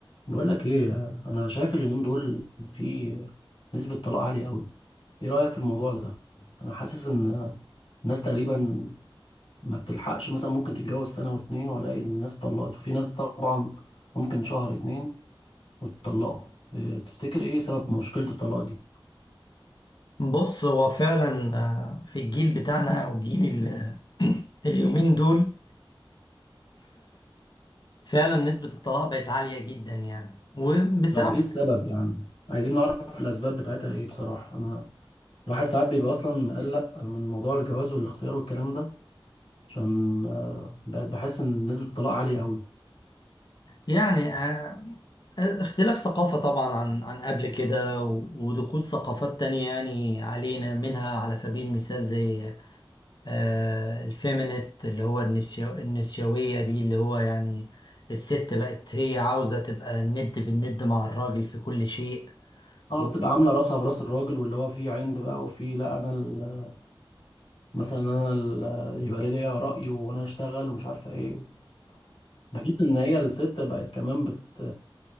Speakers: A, on the left; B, on the left.
A: بقول لك ايه انا شايف اليومين دول في نسبة طلاق عالية قوي ايه رأيك في الموضوع ده انا حاسس ان الناس تقريبا ما بتلحقش مثلا ممكن تتجوز سنة واتنين والاقي الناس اتطلقت وفي ناس طبعا ممكن شهر اتنين واتطلقوا إيه تفتكر ايه سبب مشكلة الطلاق دي
B: بص هو فعلا آه، في الجيل بتاعنا او جيل ال- <clears throat> اليومين دول فعلا نسبة الطلاق بقت عالية جدا يعني وبسبب
A: طب ايه السبب يعني عايزين نعرف الاسباب بتاعتها ايه بصراحة انا الواحد ساعات بيبقى اصلا مقلق من موضوع الجواز والاختيار والكلام ده عشان آه، بقت بحس ان نسبة الطلاق عالية قوي
B: يعني آه، اختلاف ثقافة طبعا عن عن قبل كده و- ودخول ثقافات تانية يعني علينا منها على سبيل المثال زي آه، الفيمينيست اللي هو النسيو النسيوية دي اللي هو يعني الست بقت هي عاوزة تبقى الند بالند مع الراجل في كل شيء
A: اه
B: و...
A: بتبقى عامله راسها براس الراجل واللي هو فيه عند بقى وفيه لا انا ال- مثلا انا ال- يبقى ليا راي وانا اشتغل ومش عارفه ايه بحس ان هي الست بقت كمان بت